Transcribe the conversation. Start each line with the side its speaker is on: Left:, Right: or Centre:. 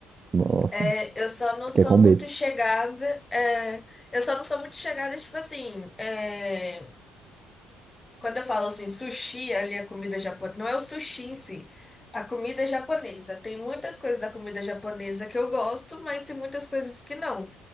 Right: Nossa,
Left: É, eu só não
Right: fiquei
Left: sou
Right: com medo.
Left: muito chegada, é, eu só não sou muito chegada, tipo assim, é, quando eu falo assim, sushi, ali a comida japonesa, não é o sushi em si, a comida japonesa. Tem muitas coisas da comida japonesa que eu gosto, mas tem muitas coisas que não.